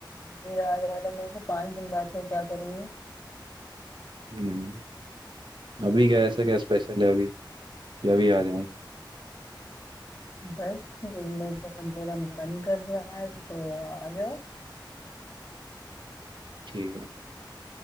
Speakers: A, on the left (about 30°); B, on the right (about 75°).
A: मेरा आ जा रहा मेरे से पांच दिन बाद का क्या करूंगी
B: नहीं अभी क्या ऐसा क्या स्पेशल है अभी या अभी आ जाऊं
A: बस मिलने का मेरा मन कर रहा है तो आ जाओ
B: ठीक है